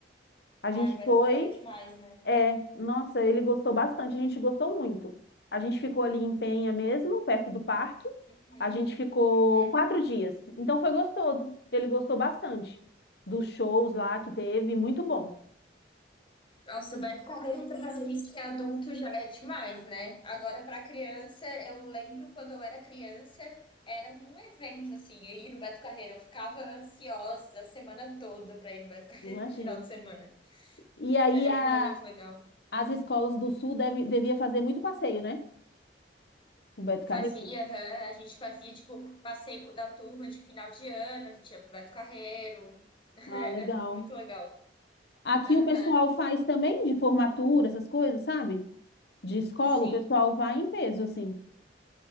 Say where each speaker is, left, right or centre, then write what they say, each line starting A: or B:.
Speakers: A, on the left; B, on the left.
A: A gente
B: Ah, Beto
A: foi.
B: Carreira é demais, né?
A: É, nossa, ele gostou bastante, a gente gostou muito. A gente ficou ali em Penha mesmo, perto do parque.
B: Uhum.
A: A gente ficou
B: Uhum.
A: quatro dias. Então foi gostoso. Ele gostou bastante dos shows lá que teve, muito bom.
B: Nossa, o Beto Carreira pra gente que é adulto já é demais, né? Agora pra criança, eu lembro quando eu era criança, era um evento assim, eu ir no Beto Carreira, eu ficava ansiosa a semana toda pra ir no Beto Carreira
A: Imagino.
B: no final de semana.
A: E aí
B: Era
A: a-
B: muito legal.
A: as escolas do Sul deve, devia fazer muito passeio, né? O Beto Carreiro.
B: Fazia, aham. A gente fazia, tipo, passeio da turma de final de ano, a gente ia pro Beto Carreiro. <laughs>
A: Ah,
B: Era
A: legal.
B: muito legal.
A: Aqui
B: Aham,
A: o pessoal faz também de formatura, essas coisas, sabe? De escola,
B: Sim.
A: o pessoal vai em peso, assim.